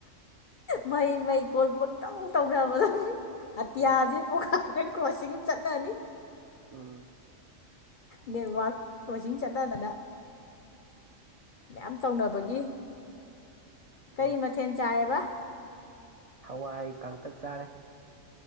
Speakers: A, on the left (about 60°); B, on the right (about 65°).
A: ꯃꯍꯩ ꯃꯩꯀꯣꯜ ꯄꯪꯇꯧ ꯇꯧꯅꯕꯗ ꯑꯇꯤꯌꯥꯁꯤ
B: ꯎꯝ ꯎꯝ
A: ꯄꯨꯥ ꯀ꯭ꯔꯣꯁꯤꯡ ꯆꯠꯅꯅꯤ
B: ꯎꯝ
A: ꯅꯦꯠꯋꯛ ꯀ꯭ꯂ꯭ꯔꯣꯁꯤꯡ ꯆꯠꯅꯗꯅ ꯃꯌꯥꯝ ꯇꯧꯅꯕꯒꯤ ꯀꯔꯤ
B: ꯎꯝ
A: ꯃꯊꯦꯜ ꯆꯥꯏꯌꯦꯕ
B: ꯍꯋꯥꯏ ꯀꯥꯡꯇꯛ ꯆꯥꯔꯦ